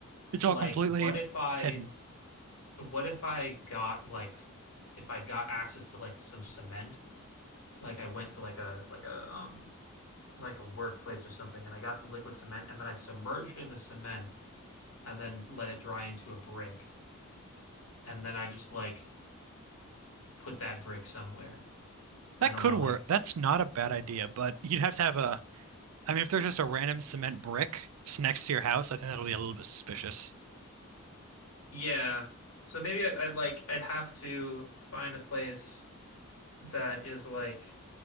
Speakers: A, on the right (about 75°); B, on the left (about 75°).
A: It's all
B: like,
A: completely
B: what if I,
A: hidden.
B: what if I got like, if I got access to like some cement? like I went to like a like a um like a workplace or something and I got some liquid cement and then I submerged it in the cement and then let it dry into a brick and then I just like put that brick somewhere. I
A: That
B: don't
A: could
B: know,
A: work.
B: like
A: That's not a bad idea, but you'd have to have a. I mean, if there's just a random cement brick just next to your house, I think that'll be a little bit suspicious.
B: yeah. So maybe I'd, I'd like I'd have to find a place that is like